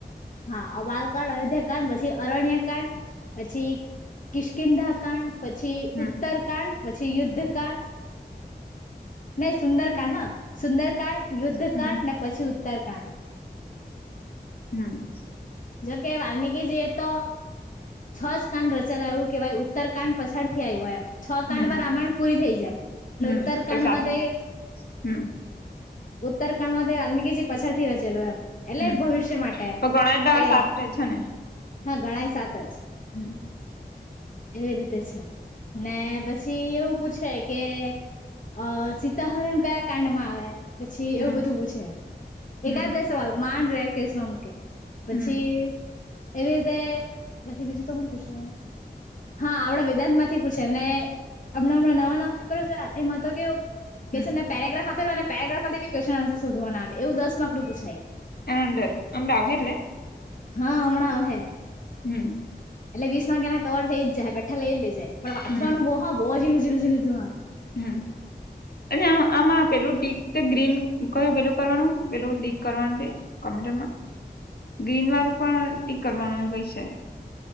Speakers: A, on the left (about 50°); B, on the left (about 65°).
A: હા અમારકાાંડ અયોધ્યા કાંડ પછી અરણ્ય કાંડ. પછી કિશકિંધા કાંડ પછી <unintelligible>
B: હમ
A: પછી યુદ્ધ કાડ નહી સુંદરકાંડ હા. સુંદરકાંડ <unintelligible>
B: હમ
A: ને પછી ઉત્તરકાંડ.
B: <unintelligible>
A: જોકે <unintelligible> એ તો છ જ કાંડ રચેલા એવું કેહેવાય ઉત્તર કાંડ પછાડ નથી આવી હોય એમ છ
B: હમ
A: કાંડમાં રામાયણ પૂરી થઈ જાય
B: હમ
A: ઉત્તર
B: તો
A: કાંડ
B: સાતમાં
A: માં તે.
B: હમ
A: ઉત્તરખંડ માં તે <unintelligible> પાછળ થી રચેલો એમ. એટલે
B: હમ
A: ભવિષ્ય માટે
B: તો ગણાય તો
A: કે
B: સાત છે ને
A: હા ગણાય સાત જ.
B: હમ
A: એવી રીતે છે, ને પછી એવું પૂછે કે. અ સીતાહરણ કયા કાંડમાં. આવે પછી
B: હમ
A: એવું બધું પૂછે
B: હમ
A: એકાદ બે સવાલ માંડ રે કેસ માં મૂકે. પછી
B: હમ
A: એવી રીતે પછી બીજું તો શું પૂછે. હા આપણા વેદાંત માંથી પૂછે ને હમણાં હમણાં નવા નવા પેપર છે, એમાં તો કેવું.
B: હમ
A: <unintelligible> આપેલો અને પેરાગ્રાફમાં ક્વેશ્ન આન્સ શોવા ના આવે એવું દસર્ક નું પૂછાય.
B: એનંદર <unintelligible>
A: હા હમણાં <unintelligible>
B: હમ
A: એટલે વીસમાં એના કવર થઈ જાય બેઠા લઈ જ લઈ જાય પણ વાચવાનું
B: હમ
A: બહ બહુ જું
B: હમ અને <unintelligible> આમાં <unintelligible> ગ્રીન કય પેલું કરવાનું પેલું દીક કરવાનું કોમ્યટરમાં. ગ્રીન વારું પણ ટીક કરવાનું કઈ છે.